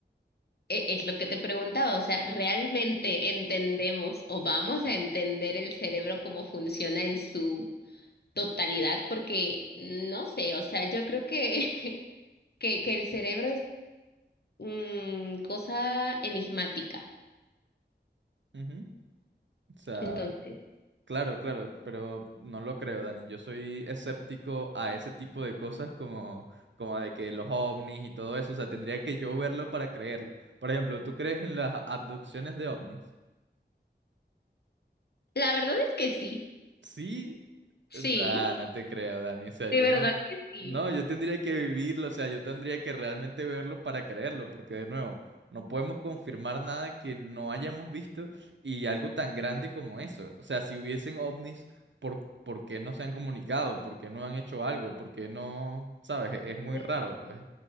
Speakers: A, on the left (about 60°); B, on the right (about 85°).
A: e- es lo que te preguntaba, o sea, ¿realmente entendemos o vamos a entender el cerebro cómo funciona en su totalidad porque no sé, o sea, yo creo que, <laughs> que, que el cerebro es mm, cosa enigmática.
B: ujú, O sea,
A: Entonces,
B: claro, claro, pero no lo creo, Dani. Yo soy escéptico a ese tipo de cosas como, como de que los ovnis y todo eso. O sea, tendría que yo verlo para creerlo. Por ejemplo, ¿tú crees en las abducciones de ovnis?
A: la verdad es que sí,
B: Sí,
A: sí,
B: nah, no te creo, Dani. O sea,
A: de
B: yo
A: verdad
B: no,
A: que sí.
B: no, yo tendría que vivirlo, o sea, yo tendría que realmente verlo para creerlo, porque de nuevo, no podemos confirmar nada que no hayamos visto y algo tan grande como eso. O sea, si hubiesen ovnis, ¿por, por qué no se han comunicado? ¿Por qué no han hecho algo? ¿Por qué no, sabes? Es es muy
A: Eh,
B: raro, pues.